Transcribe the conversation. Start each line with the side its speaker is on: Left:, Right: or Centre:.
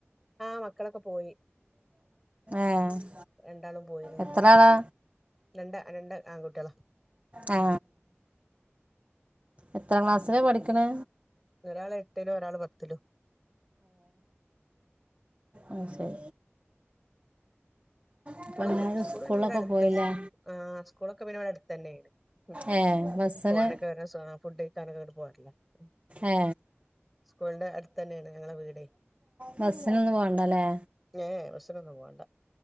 Centre: ആ മക്കളൊക്കെ പോയി
Right: ഏ
Centre: രണ്ടാളും പോയിനെ
Right: എത്ര ആളാ
Centre: രണ്ട് രണ്ട് ആൺകുട്ടികളോ
Right: ആ എത്രാം ക്ലാസ്സിലാ
Centre: ഉം
Right: പഠിക്കണേ
Centre: ഒരാൾ എട്ടിലും ഒരാൾ പത്തിലും
Right: ആയെശരി
Centre: സ്കൂളൊക്കെ
Right: അപ്പം എല്ലാവരും
Centre: സ്കൂൾ
Right: സ്കൂളിലൊക്കെ
Centre: പിന്നെവിടെ അടുത്ത്
Right: പോയില്ലേ
Centre: ആ സ്കൂളൊക്കെ പിന്നെ ഇവിടെ അടുത്ത് തന്നെയ ആ
Right: ഏ ബസ്സിന്
Centre: പോവാനൊക്കെ വരാം ഫുഡ് കഴിക്കാനൊക്കെ പോവാ <unintelligible>
Right: ഏ
Centre: സ്കൂളിന്റെ അടുത്ത തന്നെയാണ് ഞങ്ങടെ വീടെ
Right: ബസ്സിനൊന്നും പോകണ്ടല്ലേ
Centre: ഏ ബസിനൊന്നും പോണ്ട